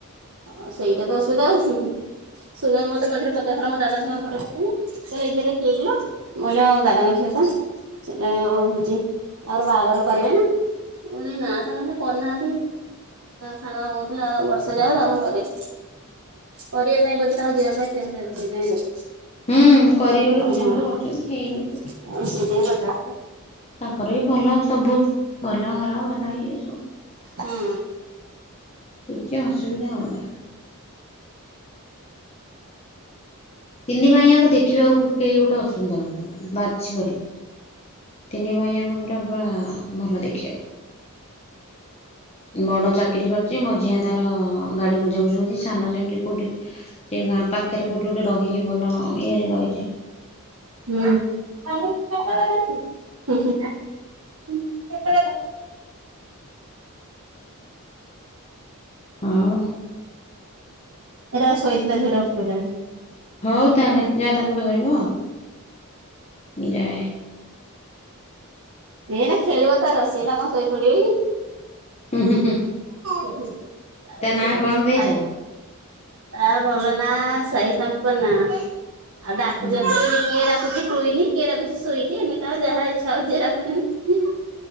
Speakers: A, on the right; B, on the left.
A: ହଁ ସେଇଟା ତ ଅସୁବିଧା ହୁଁ ହୁଁ ସୁନା ମତେ ମଝିରେ ପ ଏଥର ମୋ ଦାଦା ଝିଅଙ୍କ ଫଟୋ ଛାଡିଥିନି ଏଇ ଝିଅଟା କିଏ କିଲୋ ମୁଁ କହିଲି ମୋ ଦାଦାଙ୍କ ଝିଅ ପା। ହେଁ ହଉଛି <inaudible> ତାଙ୍କର ବାହାଘର କରିବେ ନା। ମୁଁ କହିଲି ନା ତାଙ୍କର କରିନାହାନ୍ତି ସାନମା କହୁଥିଲା ଆଉ ବର୍ଷେ ଯାଉ ତାପରେ କରିବି କରିବା ପାଇଁ ବୋଧେ ତାଙ୍କ ଦିହର ପାଇଁ ସେଥିପାଇଁ
B: ହୁଁ କରିବେ ବୋଲି
A: କଉଥି
B: ବୁଝାବୁଝି କରୁଛନ୍ତି ହେଇନି କୋଉଠି।
A: ହଁ ସେଇଥିପାଇଁ ପଚା
B: ତାଙ୍କର ବି ଭଲ ସବୁ ଭଲ ଘର ଭଲ ଇଏ ସବୁ।
A: ହୁଁ।
B: କିଛି ଅସୁବିଧା ହବନି। ତିନି ଭାଇଆଙ୍କ ଦେଖିବାକୁ କେହି ଗୋଟେ ଅସୁନ୍ଦର ନୁହଁ। ବାଛି ପାରିବନି ତିନି ଭାଇଆଙ୍କ ପୁରା ପୁରା ଭଲ ଦେଖିବାକୁ। ବଡ଼ ଚାକିରି କରିଛି ମଝିଆ ତାର ଗାଡ଼ି ବୁଝାବୁଝି କରୁଛି ସାନ ସେମିତି କୋଉଠି ସେଁ ଗାଁ ପାଖରେ କୋଉଠି ଗୋଟେ ରହିକି ଭଲ ଇଏରେ ରହିଛି।
A: ହୁଁ। ହୁଁ ହୁଁ। ଏଇଟା
B: ଆଉ।
A: ଏଟା ଶୋଇଥିଲା ଝିଅଟା ଉଠିପଇଲାଣି।
B: ହଉ ତାହେଲେ ଯାଅ ତାକୁ ଧରିବ। ଯାଏ।
A: ସିଏ ଏଇନା ଖେଳିବ ତାର ର ସିଏ ଏଇନା କଣ ଶୋଇପଡ଼ିବ
B: ହୁଁ ହୁଁ ହୁଁ
A: କି? ତାର
B: ତା
A: ଖେଳିବ
B: ନାଁ କଣ
A: ସେ ଖଏ
B: ଦେଇଛ?
A: ତା ଭଲ ନା ସାଇ ସମ୍ପର୍ନା ଆଉ ଡାକୁଛନ୍ତି
B: ହୁଁ
A: କିଏ ଡାକୁଛି କୁଇନି କିଏଡ଼ାକୁଚି ସୁଇଟି ଏମିତି ଆଉ ଯାହା ଇଚ୍ଛା ହଉ ଯିଏଡାଖୁଛନ୍ତି।